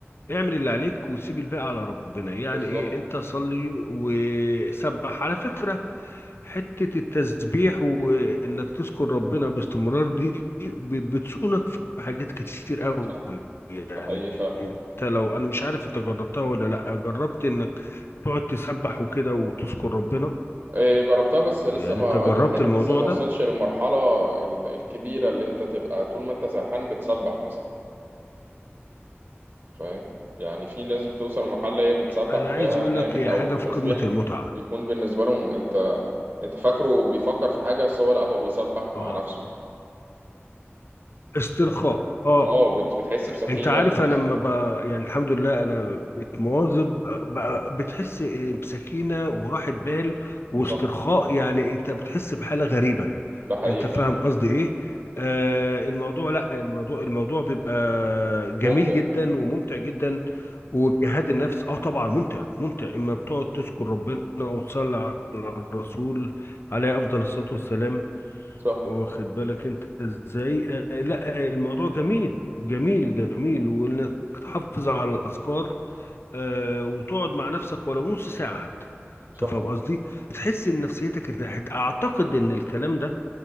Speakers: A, on the left; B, on the right.
A: اعمل اللي عليك وسيب الباقي على ربنا يعني
B: بالظبط
A: ايه انت صلي وسبح على فكره حتة التسبيح وإنك تذكر ربنا باستمرار دي ب- بتصونك في حاجات كتير قوي
B: صح
A: يعني
B: ده حقيقي فعلا
A: أنت لو أنا مش عارف أنت جربتها ولا لأ جربت إنك تقعد تسبح وكده وتذكر ربنا
B: إيه جربتها بس لسه
A: يعني
B: ما
A: أنت جربت
B: الواحد
A: الموضوع
B: لسه ما
A: ده
B: وصلش للمرحلة ال- الكبيرة اللي انت تبقى طول ما انت سرحان بتسبح مثلا فاهم يعني في ناس بتوصل لمرحلة هي بتسبح
A: أنا
B: تلاقيها
A: عايز أقول
B: نامت
A: لك هي
B: أو
A: حاجة
B: التسبيح
A: في قمة المتعة
B: بيكون بالنسبة لهم أنت أنت فاكره بيفكر في حاجة بس هو لأ هو بيسبح مع
A: أه
B: نفسه
A: استرخاء أه
B: أه بت... بتحس بسكينة
A: انت عارف
B: في الجسم
A: انا لما ب... يعني الحمد لله انا بقيت مواظب بقى بتحس بسكينه وراحه بال واسترخاء
B: صح
A: يعني انت بتحس بحاله غريبه
B: ده حقيقي
A: انت فاهم
B: فعلا
A: قصدي ايه آه الموضوع لا الموضوع الموضوع بيبقى جميل
B: ممتع
A: جدا وممتع جدا وبيهدي النفس اه طبعا ممتع ممتع اما بتقعد تذكر ربنا وتصلي على الرسول عليه افضل الصلاه والسلام
B: صح
A: واخد بالك انت ازاي آه لا آه، الموضوع جميل جميل جميل وانك تحافظ على الاذكار آه وتقعد مع نفسك ولو نص ساعه حتى انت
B: صح
A: فاهم قصدي تحس ان نفسيتك ارتاحت اعتقد ان الكلام ده